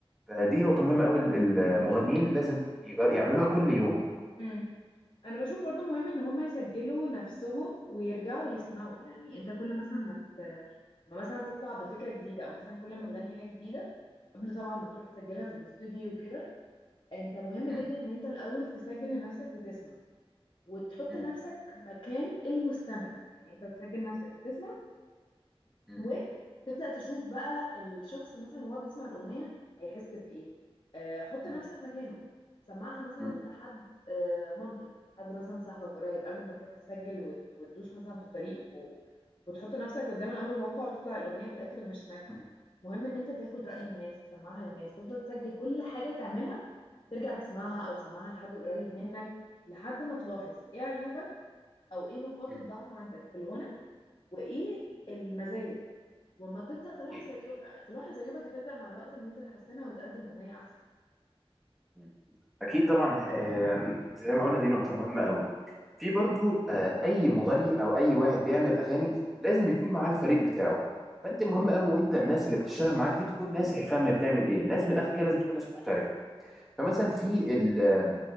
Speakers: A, in the centre; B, on the left.
A: فدي نقطه مهمه قوي المغنيين لازم يجر- يعملوها كل يوم
B: مم. انا بشوف برضو مهم ان هم يسجلوا نفسهم ويرجعوا يسمعوا يعني انت كل مثلا ما ت... ما مثلا تطلع بفكره جديده او مثلا كل ما تغني حاجه جديده قبل طبعا ما تروح تسجلها في الاستوديو وكده انت مهم
A: مم.
B: جدا ان انت الاول تسجل لنفسك وتسمع وتحط
A: مم.
B: نفسك مكان المستمع يعني انت تسجل نفسك وتسمع
A: مم.
B: وتبدأ تشوف بقى الشخص مثلا وهو بيسمع الأغنية هيحس بإيه آه حط
A: مم.
B: نفسك مكانه سمعها مثلا
A: مم.
B: لحد آه مامتك حد مثلا صاحبك قريب قبل ما تروح تسجل وت... وتدوس مثلا في الطريق و... وتحط نفسك قدام الأمر الواقع وتطلع الأغنية في الآخر مش ناجحة
A: مم.
B: مهم ان انت تاخد رأي
A: بالظبط
B: الناس تسمعها للناس تفضل تسجل كل حاجة تعملها ترجع تسمعها او تسمعها لحد قريب منك لحد ما تلاحظ ايه عيوبك او ايه نقاط
A: مم.
B: الضعف عندك في الغنى وايه
A: مم.
B: المزايا واما تبدا تلاحظ
A: أكيد
B: عيو- تلاحظ عيوبك هتبدا مع الوقت ان انت تحسنها وتقدم اغنيه احسن
A: مم. أكيد طبعا آه، زي ما قلنا دي نقطة مهمة أوي في برضو آه، أي مغني أو أي واحد بيعمل أغاني لازم يكون معاه الفريق بتاعه فأنت مهم أوي وأنت الناس اللي بتشتغل معاك دي تكون ناس هي فاهمة هي بتعمل إيه ناس من الآخر كده لازم تكون ناس محترفة فمثلا في ال-